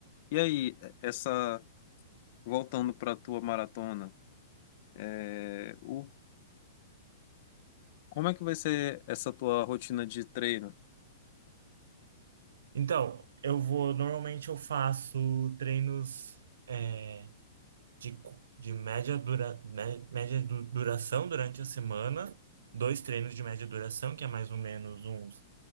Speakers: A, on the left (about 45°); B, on the right (about 80°).
A: e aí, essa, voltando para a tua maratona, é, o, como é que vai ser essa tua rotina de treino?
B: Então, eu vou. Normalmente eu faço treinos é, de, cu- de média, dura, mé- média du- duração durante a semana. Dois treinos de média duração, que é mais ou menos uns